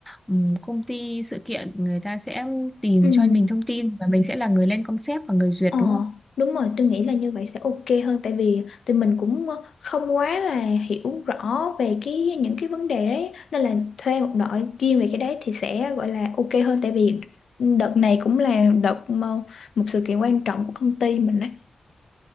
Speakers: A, in the centre; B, on the left.
A: ừm, công ty sự kiện người ta sẽ tìm
B: Ừ.
A: cho mình thông tin và mình sẽ là người lên concept và người duyệt
B: Ờ,
A: đúng không?
B: đúng rồi, tôi nghĩ là như vậy sẽ ok hơn tại vì tụi mình cũng ờ, không quá là hiểu rõ về cái những cái vấn đề đấy nên là thuê một đội chuyên về cái đấy thì sẽ gọi là ok hơn tại vì đợt này cũng là đợt mà một sự kiện quan trọng của công ty mình đấy